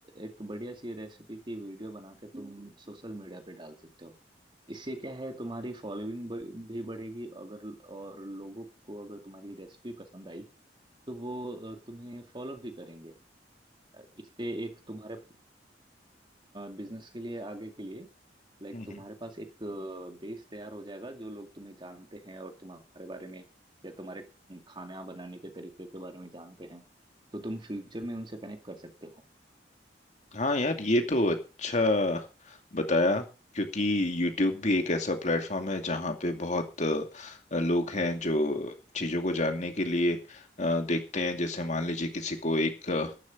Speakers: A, on the right; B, on the left.
A: एक बढ़िया सी रेसिपी की वीडियो बना के तुम सोशल मीडिया पे डाल सकते हो इससे क्या है तुम्हारी फॉलोइंग भी बढ़ेगी अगर और लोगों को अगर तुम्हारी रेसिपी पसंद आई तो वो अ, तुम्हें फॉलो भी करेंगे इससे एक तुम्हारे बिजनेस के लिए आगे के लिए लाइक
B: हम्म,
A: तुम्हारे
B: हम्म।
A: पास एक बेस तैयार हो जाएगा जो लोग तुम्हें जानते हैं और तुम्हारे बारे में या तुम्हारे खाना बनाने के तरीके के बारे में जानते हैं तो तुम फ्यूचर में उनसे कनेक्ट कर सकते हो
B: हाँ यार ये तो अच्छा बताया क्योंकि YouTube भी एक ऐसा प्लेटफॉर्म है जहाँ पे बहुत अ, लोग हैं जो चीज़ों को जानने के लिए अ, देखते हैं जैसे मान लीजिए किसी को एक अ,